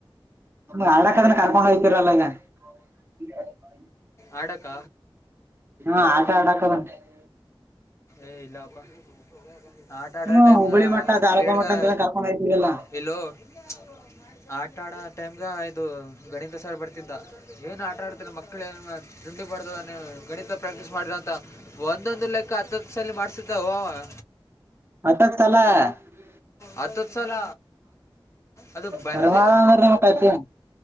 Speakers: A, on the right; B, on the left.
A: ಮ ಆಲಕದನ್ನ ಕರ್ಕೊಂಡ ಹೋಗ್ತರಲ್ಲ ಈಗ <unintelligible>
B: ಅಡಕ್ಕ
A: ಹಾ ಆಟ ಆಡಾಕದಂಟಂತೆ <inaudible>
B: ಏ ಇಲ್ಲಪ್ಪ <inaudible> ಆಟ ಆಡೋ
A: ನೀನು
B: ಟೈಮಗ
A: ಹುಬ್ಬಳಿ ಮಟ್ಟ ತಾಲೂಕಾ
B: ಪೀರಿಯಡ್ಗೆ
A: ಮಟ್ಟ ಅಂತ ಕರ್ಕೊಂಡ್ ಹೋಗ್ತಿದಲ್ಲ
B: ಎಲ್ಲೋ <inaudible> ಆಟ ಆಡ ಟೈಮ್ಗ ಇದು ಗಣಿತ ಸರ್ ಬರ್ತಿದ್ದ ಏನ್ ಆಟ <inaudible> ಮಾತಾರೆ ಮಕ್ಕಳು ಡಿ ಮಾಡ ಗಣಿತ ಪ್ರಾಕ್ಟೀಸ್ ಮಾಡಿರಂತ ಒಂದೊಂದು ಲೆಕ್ಕ <inaudible> ಅಕ್ಕತ್ತದ ಸಲ್ಲಿ ಮಾಡ್ಸಿದ್ದ ಅವವ <inaudible>
A: ಅಟಕ್ ತಲ <unintelligible>
B: ಹತ್ತುತ್ ಸಲ ಅದು ಬಂದ್
A: ಕರ್ಮ ಅಂದ್ರ ನಿಮ್ ಕತಿ